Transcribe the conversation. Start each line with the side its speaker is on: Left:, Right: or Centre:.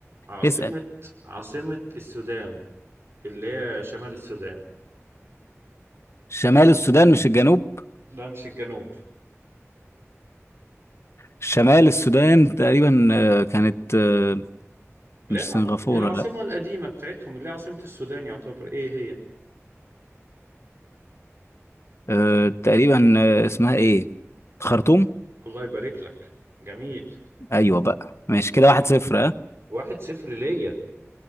Right: عاصمة
Left: اسأل
Right: عاصمة السودان اللي هي شمال السودان
Left: شمال السودان مش الجنوب
Right: لا مش الجنوب
Left: شمال السودان تقريبا آه، كانت آه،
Right: لا
Left: مش
Right: العاص-
Left: سنغافورة
Right: العاصمة
Left: لا
Right: القديمة بتاعتهم اللي هي عاصمة السودان يعتبر ايه هي
Left: أه تقريبا آه، اسمها ايه خرطوم
Right: الله يبارك لك جميل
Left: ايوه بقى ماشي كده واحد صفر ها
Right: واحد صفر ليا